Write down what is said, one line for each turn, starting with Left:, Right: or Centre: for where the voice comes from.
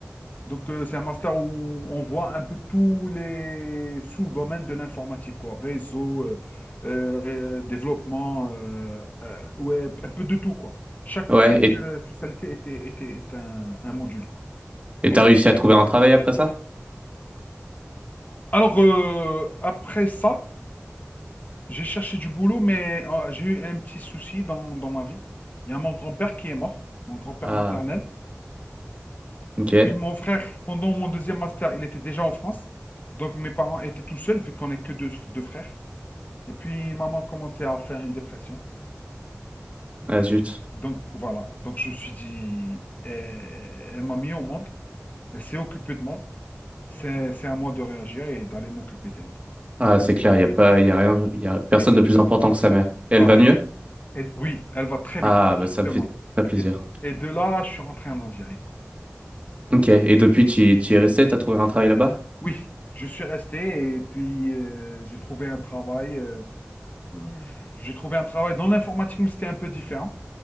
Left: Donc, euh, c'est un master où on voit un peu tous les sous-domaines de l'informatique, quoi. Réseau, euh, euh, ré- euh, développement, euh, euh, web, un peu de tout, quoi. Chaque,
Right: Ouais.
Left: chaque
Right: Et
Left: euh, spécialité était, était, est un, un module, quoi. Et
Right: et
Left: donc,
Right: t'as réussi à trouver un travail après ça?
Left: alors, euh, après ça, j'ai cherché du boulot, mais euh, j'ai eu un petit souci dans, dans ma vie. Il y a mon grand-père qui est mort, mon grand-père
Right: Ah,
Left: maternel.
Right: ok.
Left: Et puis mon frère, pendant mon deuxième master, il était déjà en France. Donc mes parents étaient tout seuls, vu qu'on est que deux, deux frères. Et puis maman commençait à faire une dépression.
Right: Ah, zut.
Left: Donc voilà. Donc je me suis dit, euh, elle m'a mis au monde, elle s'est occupée de moi. C'est, c'est à moi de réagir et d'aller m'occuper d'elle.
Right: Ah, c'est clair, il y a pas, il y a rien, il y a personne
Left: Et
Right: de plus important que sa mère.
Left: voilà.
Right: Et elle va mieux?
Left: Et oui, elle va très
Right: Ah,
Left: bien, justement.
Right: bah ça me fait très plaisir.
Left: Et, et de là, je suis rentré en Algérie, quoi.
Right: Ok. Et depuis, tu, tu es resté, t'as trouvé un travail là-bas?
Left: Oui, je suis resté et puis euh, j'ai trouvé un travail. euh, Euh, J'ai trouvé un travail dans l'informatique, mais c'était un peu différent.